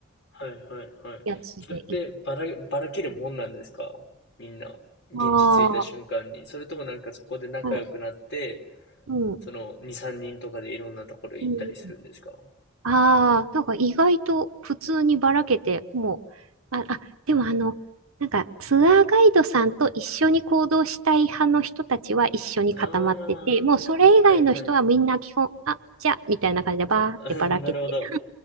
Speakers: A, on the left; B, on the right.
A: はいはいはい。
B: やつで行っ
A: それってばら、ばらけるもんなんですかみんな、現地着いた瞬間に。
B: あ
A: それともなんかそこで仲良くなって、
B: あー、はいうん、
A: その2、3人とかでいろんなところ行ったりするんですか
B: うん。ああ、なんか意外と普通にばらけて、もう、あ、あ、でもあの、なんかツアーガイドさんと一緒に行動したい派の人たちは一緒に固まってて、
A: あ
B: もうそれ以外の人はみんな基本、
A: あー、はいは
B: あ、じゃあ、みたいな感じでばーってばらけて、
A: い。<laughs> なるほど。